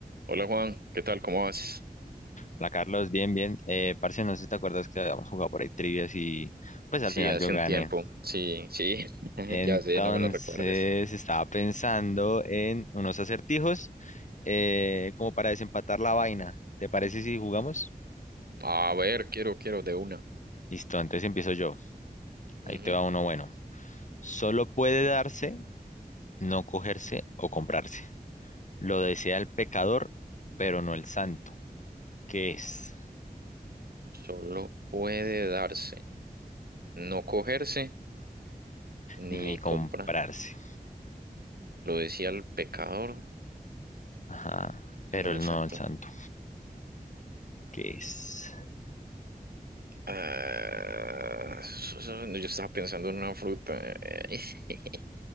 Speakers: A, on the right; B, on the left.
A: Hola Juan, ¿qué tal? ¿Cómo vas?
B: Hola Carlos, bien, bien. Eh, parce, no sé si te acuerdas que habíamos jugado por ahí trivias y pues
A: Sí,
B: al final
A: hace
B: yo gané.
A: un tiempo. Sí, sí, <laughs>
B: Entonces
A: ya sé, no me lo recuerdes.
B: estaba pensando en unos acertijos eh, como para desempatar la vaina. ¿Te parece si jugamos?
A: A ver, quiero, quiero de una.
B: Listo, entonces empiezo yo.
A: Ujú.
B: Ahí te va uno bueno. Solo puede darse, no cogerse o comprarse. Lo desea el pecador, pero no el santo. ¿Qué es?
A: Solo puede darse, no cogerse ni
B: Ni comprarse.
A: comprar. Lo decía el pecador,
B: Ajá, pero
A: no
B: el
A: el santo.
B: no el santo. ¿Qué es?
A: Ah, so- so- yo estaba pensando en una fruta. <laughs>